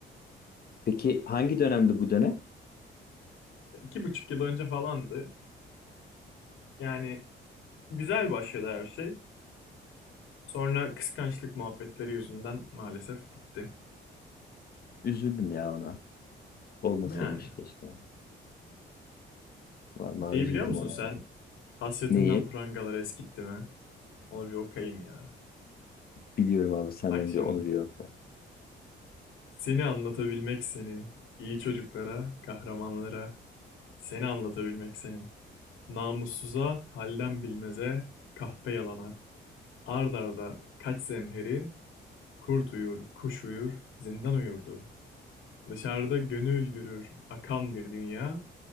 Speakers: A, on the left (about 50°); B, on the left (about 80°).
A: Peki hangi dönemdi bu dönem?
B: iki buçuk yıl önce falandı. Yani güzel başladı her şey. Sonra kıskançlık muhabbetleri yüzünden maalesef bitti.
A: Üzüldüm ya ona. Olmasaymış
B: Yani.
A: keşke. Vallahi
B: Şeyi
A: üzüldüm
B: biliyor musun
A: ona
B: sen?
A: ya.
B: Hasretinden
A: Neyi?
B: prangalar eskitti mi? Onu bir okuyayım ya.
A: Biliyorum abi sen
B: Bak
A: onu
B: şimdi.
A: bir onu bir yokla.
B: Seni anlatabilmek seni. iyi çocuklara, kahramanlara. Seni anlatabilmek seni. Namussuza, halden bilmeze, kahpe yalana. Ard arda kaç zemheri, kurt uyur, kuş uyur, zindan uyurdu. Dışarıda gönül gürür akan bir dünya.